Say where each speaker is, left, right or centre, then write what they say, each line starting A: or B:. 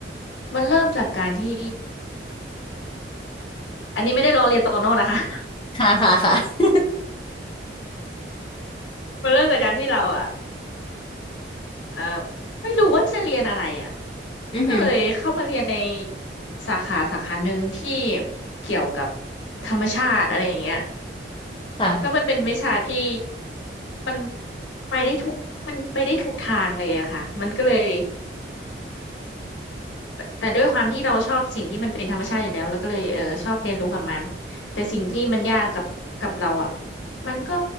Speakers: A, on the left; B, on the left.
A: มันเริ่มจากการที่อันนี้ไม่ได้ล้อเลียนโตโน่นะคะ
B: ค่ะค่ะค่ะ
A: <laughs> มันเริ่มจากการที่เราอ่ะเอ่อไม่รู้ว่าจะเรียนอะไรอ่ะ
B: อือหือ
A: ก็เลยเข้ามาเรียนในสาขาสาขาหนึ่งที่เกี่ยวกับธรรมชาติอะไรอย่างเงี้ย
B: ค่ะ
A: แล้วมันเป็นวิชาที่มันไปได้ทุกมันไปได้ทุกทางเลยอะค่ะมันก็เลย แต่ด้วยความที่เราชอบสิ่งที่มันเป็นธรรมชาติอยู่แล้วแล้วก็เลยเออชอบเรียนรู้กับมันแต่สิ่งที่มันยากกับกับเราอ่ะมันก็